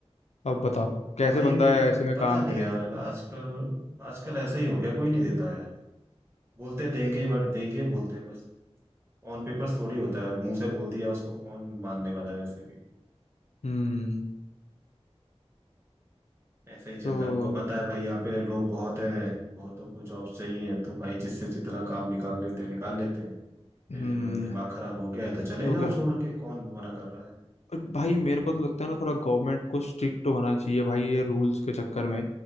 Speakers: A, on the left; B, on the right.
A: अब बताओ कैसे
B: भाई
A: बंदा
B: मे-
A: ऐसे में काम
B: पता नहीं
A: करे
B: यार आजकल आजकल ऐसा ही हो गया कोई नहीं देता यार बोलते देंगे बट देंगे बोलते हैं बस ऑन पेपर्स थोड़ी होता है मुंह से बोल दिया उसको कौन मानने वाला है वैसे भी
A: हम्म
B: ऐसा ही चल
A: तो
B: रहा है उनको पता है भाई यहाँ पे लोग बहुत है बहुतों को जॉब्स चाहिए तो भाई जिससे जितना काम निकाल लेते हैं निकाल लेते हैं
A: हम्म
B: फिर दिमाग खराब हो गया है तो चले
A: तो
B: जाओ
A: क्या
B: छोड़ के कौन मना कर रहा है
A: और भाई मेरे को तो लगता है ना थोड़ा गवर्नमेंट को स्ट्रिक्ट होना चाहिए भाई ये रूल्स के चक्कर में